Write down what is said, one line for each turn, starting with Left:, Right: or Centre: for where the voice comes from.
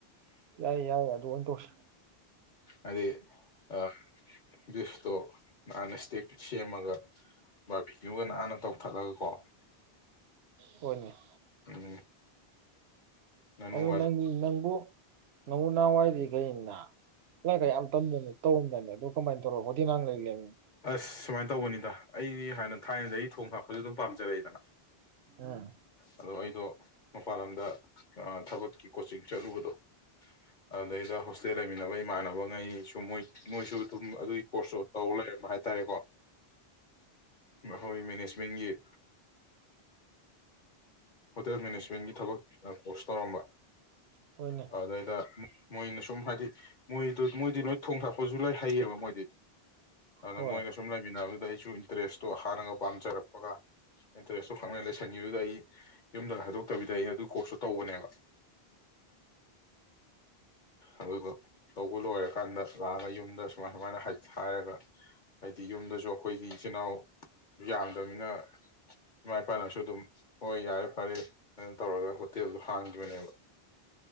Right: ꯌꯥꯏꯌꯦ ꯌꯥꯏ ꯑꯗꯨ ꯑꯣꯏ ꯇꯧꯁꯤ
Left: ꯑꯩ ꯑ ꯕꯤꯐꯇꯣ ꯃꯥ ꯉꯁꯤꯗꯩ ꯁꯦꯝꯃꯒ ꯕꯥꯔꯕ‌ꯦꯀ꯭ꯌꯨꯒ ꯅꯥꯟꯅ ꯇꯧꯊꯠꯂꯒ ꯀꯣ <unintelligible> <inaudible>
Right: ꯍ‌ꯣꯏꯅ‌‌ꯦ
Left: ꯎꯝ ꯉꯥꯅꯨꯒ
Right: ꯑꯗꯨ ꯅꯪꯗꯤ
Left: ꯑꯗꯨꯝ
Right: ꯅꯪꯕꯨ ꯅꯪꯕꯨ ꯅꯍꯥꯟꯋꯥꯏꯗꯤ ꯀꯩꯟ ꯅꯥ ꯂꯥꯏꯔꯤꯛꯀ ꯌꯥꯝ ꯇꯝꯗꯅ ꯇꯧꯔꯝꯗꯥꯏꯅ‌ꯦ ꯑꯗꯨ ꯀꯃꯥꯏꯅ ꯇꯧꯔ ꯍꯣꯇ‌ꯦꯜ ꯃꯥꯟꯂꯩ ꯂꯩꯔꯝꯃꯤꯝ
Left: ꯑꯁ ꯁꯨꯃꯥꯏꯅ ꯇꯧꯕꯅꯤꯗ ꯑꯩꯗꯤ ꯍꯥꯟꯅ ꯊꯥꯏꯅꯗꯒꯤ ꯊꯣꯡ ꯊꯥꯛꯄꯁꯨ ꯑꯗꯨꯝ ꯄꯥꯝꯖꯔꯛꯑꯦꯗꯅ
Right: ꯎꯝ
Left: ꯑꯗꯣ ꯑꯩꯗꯣ ꯃꯄꯥꯟ ꯂꯝꯗ ꯑꯥ ꯊꯕꯛ ꯀꯤ ꯀꯣꯆꯤꯡ ꯆꯠꯂꯨꯕꯗꯣ ꯑꯗꯨꯗꯩꯗ ꯍꯣꯁꯇꯦꯜ ꯂꯩꯃꯤꯟꯅꯕ ꯏꯃꯥꯟꯅꯕꯉꯩ ꯁꯨ ꯃꯣꯏ ꯃꯣꯏꯁꯨ ꯊꯨꯝ ꯑꯗꯨꯒꯤ ꯀꯣꯔꯁꯇ ꯇꯧ ꯂꯩ ꯍꯥꯏꯇꯥꯔꯦꯀꯣ ꯑꯩꯈꯣꯏ ꯃꯦꯅꯦꯖꯃꯦꯟꯒꯤ ꯍꯣꯇꯦꯜ ꯃꯦꯅꯦꯖꯃꯦꯟꯒꯤ ꯊꯕꯛ ꯀꯣꯔꯁ ꯇꯧꯔꯝꯕ
Right: ꯍꯣꯏꯅꯦ
Left: ꯑꯗꯩꯗ ꯃꯣꯏꯅ ꯁꯨꯝ ꯍꯥꯏꯗꯤ ꯃꯣꯏꯗꯨ ꯃꯣꯏꯗꯤ ꯂꯣꯏ ꯊꯣꯡ ꯊꯥꯛꯄꯁꯨ ꯂꯣꯏ ꯍꯩꯌꯦꯕ ꯃꯣꯏꯗꯤ ꯑꯗꯣ
Right: ꯍꯣꯏ
Left: ꯃꯣꯏꯒ ꯁꯨꯝ ꯂꯩꯃꯤꯟꯅꯕꯗꯨꯗ ꯑꯩ ꯁꯨ ꯏꯟꯇꯔꯦꯁꯇꯣ ꯍꯥꯟꯅꯒ ꯄꯥꯝꯖꯔꯛꯄꯒ ꯏꯟꯇꯔꯦꯁꯇꯣ ꯈꯪꯂꯩ ꯂꯩꯁꯤꯟꯒꯤꯕꯗꯨꯗ ꯑꯩ ꯌꯨꯝꯗ ꯍꯥꯏꯗꯣꯛꯇꯕꯤꯗ ꯑꯩ ꯑꯗꯨ ꯀꯣꯔꯁꯁꯨ ꯇꯧꯕꯅꯦꯕ ꯑꯗꯨꯒ ꯇꯧꯕ ꯂꯣꯏꯔꯀꯥꯟꯗ ꯂꯥꯛꯑꯒ ꯌꯨꯝꯗ ꯁꯨꯃꯥꯏ ꯁꯨꯃꯥꯏꯅ ꯍꯥꯏꯔꯒ ꯍꯥꯏꯗꯤ ꯌꯨꯝꯗꯁꯨ ꯑꯩꯈꯣꯏꯗꯤ ꯏꯆꯤꯜ ꯏꯅꯥꯎ ꯌꯥꯝꯗꯕꯅꯤꯅ ꯏꯃꯥ ꯏꯄꯥꯅꯁꯨ ꯑꯗꯨꯝ ꯍꯣꯏ ꯌꯥꯔꯦ ꯐꯔꯦ ꯑꯗꯨꯅ ꯇꯧꯔꯒ ꯍꯣꯇꯦꯜꯗꯣ ꯍꯥꯡꯒꯤꯕꯅꯦꯕ